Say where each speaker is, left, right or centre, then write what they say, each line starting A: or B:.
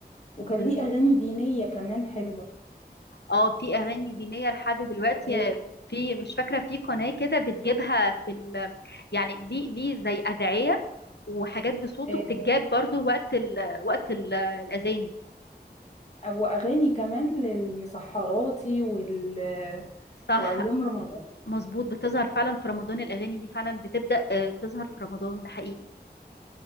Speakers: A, on the left; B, on the left.
A: وكان
B: بس
A: ليه أغاني دينية كمان حلوة
B: اه في اغاني دينيه لحد دلوقتي
A: إيه،
B: في مش فاكره في قناه كده بتجيبها في ال يعني ليه ليه زي ادعيه وحاجات بصوته
A: إيه،
B: بتتجاب برضو وقت ال وقت ال الاذان
A: واغاني كمان للمسحراتي وال
B: صح
A: وايام رمضان
B: مظبوط بتظهر فعلا في رمضان الاغاني دي فعلا بتبدا آه، تظهر في رمضان ده حقيقي